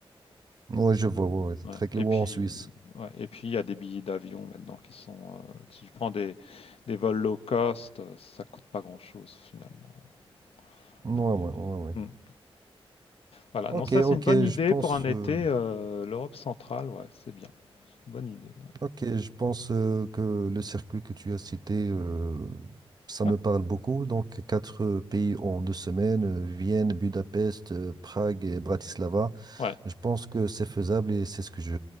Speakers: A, on the right (about 40°); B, on the left (about 75°).
A: Oui, je vois, ouais, ouais, c'est
B: Ouais,
A: très clair.
B: et puis,
A: Ou en Suisse.
B: ouais, et puis il y a des billets d'avion maintenant qui sont. euh, si tu prends des, des vols low cost, euh, ça coûte pas grand-chose finalement
A: Ouais,
B: pour y
A: ouais,
B: aller.
A: ouais, ouais.
B: Hmm. Voilà,
A: Ok,
B: non, ça c'est
A: ok,
B: une bonne idée
A: je pense.
B: pour un été.
A: euh,
B: euh, l'Europe centrale, ouais, c'est bien. Bonne idée.
A: Ok, je pense euh, que le circuit que tu as cité, euh, ça
B: Ouais.
A: me parle beaucoup. Donc, quatre euh, pays en deux semaines, euh, Vienne, Budapest, euh, Prague et Bratislava.
B: Ouais. Ouais.
A: Je pense que c'est faisable et c'est ce que je